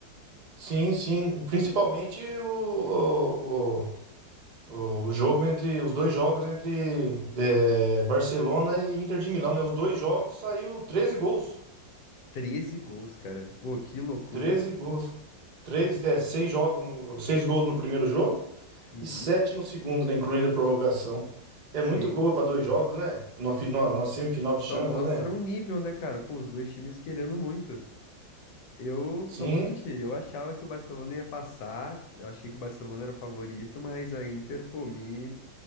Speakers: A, on the right; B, on the left.
A: Sim, sim. E Principalmente o, o, o, o jogo entre os dois jogos entre eh, Barcelona e Inter de Milão, né? Os dois jogos saiu 13 gols.
B: treze gols, cara. Ô, que loucura.
A: treze gols. Três, é, seis jogos no, seis gols no primeiro jogo
B: Uhum.
A: E sete no segundo, né? Incluindo a prorrogação. É
B: Sim.
A: muito gol para dois jogos, né? Na, fi- na- na semifinal de Champions,
B: Só mostra
A: né?
B: o nível, né, cara? Pô, os dois times querendo muito. Eu
A: Sim,
B: não vou mentir, eu achava que o Barcelona ia passar, eu achei que o Barcelona era o favorito, mas a Inter, pô, me,